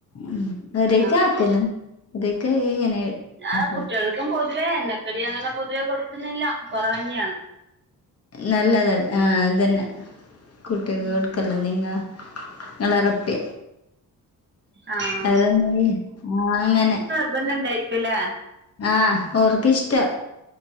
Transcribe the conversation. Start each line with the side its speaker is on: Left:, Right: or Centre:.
Left: ഉം അവരെക്കെക്കുന്ന്.
Right: ആഹ്
Left: ഇദിക്ക്‌ ഇങ്ങനെ
Right: ആ
Left: <unintelligible>
Right: കുട്ടികൾക്കും പൊതുവേ എണ്ണക്കടി അങ്ങനെ പൊതുവെ കൊട്ക്ക്‌ന്നില്ല കൊറവന്നെയാണ്
Left: നല്ലതല്ല ആഹ് അതന്നെ കുട്ടികൾക്കല്ല
Right: ഉം
Left: നിങ്ങ ങ്ങളറപ്പി
Right: ആഹ്
Left: അതന്നെയ്. അങ്ങനെ
Right: ഇതന്നെണ്ടായ്രിക്കല്ലേ
Left: ആഹ് ഓർക്ക് ഇഷ്ട്ടം